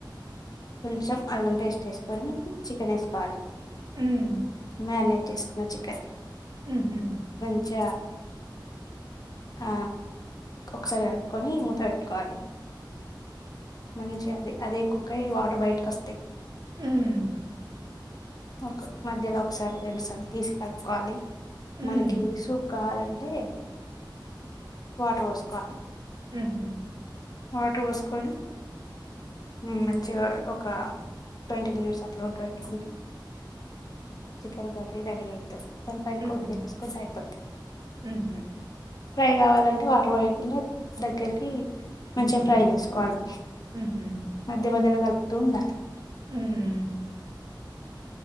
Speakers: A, on the left; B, on the right.
A: కొంచెం అల్లం పేస్ట్ వేసుకొని చికెన్ వేసుకోవాలి
B: హ్మ్
A: మ్యారినేట్ చేసుకోవచ్చు <inaudible>
B: ఆ హా
A: చ ఆ ఒకసారి కలుపుకొని మూత పెట్టుకోవాలి మంచి గా అది అదే కుక్కై వాటర్ బయటకి వస్తాయి
B: ఆమ్
A: ఒక మధ్యలో ఒకసారి రెండు సార్లు తీసి కలుపుకోవాలి
B: హ్మ్
A: మనకి సూప్ కావాలంటే అంటే వాటర్ పోసుకోవాలి
B: ఊ హా
A: వాటర్ పోసుకొని హమ్ మంచిగా ఒక ట్వంటీ మినిట్స్ అట్లా ఉడకపెట్టుకొని చికెన్ కర్రీ రెడీ అయి తాది ని పైన
B: ఉహూ
A: కొత్తిమీర వేసుకుంటే అయిపోతాది
B: ఉహూ
A: ఫ్రై కావాలంటే వాటర్ వోయకుండా దగ్గరికి మంచిగా ఫ్రై చేసుకోవాలి
B: ఉహు
A: మధ్య మధ్యలో కలుపుతూ ఉండాలి
B: ఊమ్